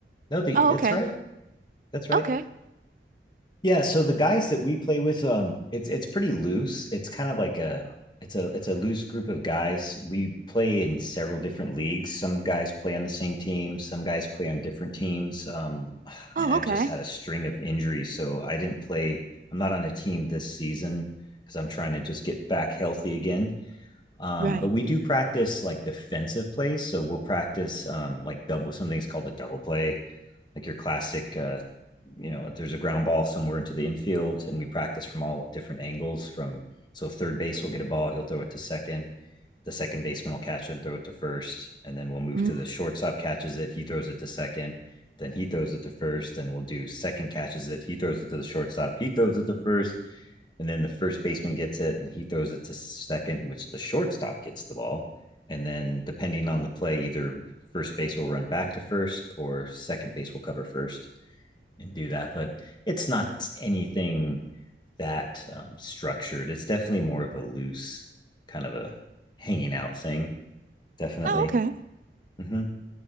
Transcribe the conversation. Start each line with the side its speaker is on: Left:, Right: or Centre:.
Left: No, the,
Right: Oh,
Left: that's
Right: okay.
Left: right. That's right.
Right: Okay.
Left: Yeah, so the guys that we play with, um, it's it's pretty loose. It's kind of like a it's a it's a loose group of guys. We play in several different leagues. Some guys play on the same team, some guys play on different teams. Um, <sighs>
Right: Oh,
Left: man, I've
Right: okay.
Left: just had a string of injuries, so I didn't play. I'm not on a team this season because I'm trying to just get back healthy again. Um,
Right: Right.
Left: but we do practice like defensive plays, so we'll practice um like double something. something's called the double play like your classic uh, you know there's a ground ball somewhere into the infield and we practice from all different angles from so third base will get a ball he'll throw it to second the second baseman will catch it and throw it to first and then we'll move
Right: Mm.
Left: to the shortstop catches it he throws it to second then he throws it to first then we'll do second catches it he throws it to the shortstop he throws it to first and then the first baseman gets it and he throws it to second which the shortstop gets the ball and then depending on the play either first base will run back to first or second base will cover first and do that. But it's not anything that um, structured. It's definitely more of a loose kind of a hanging out thing. Definitely.
Right: Oh, okay.
Left: Mm-hmm.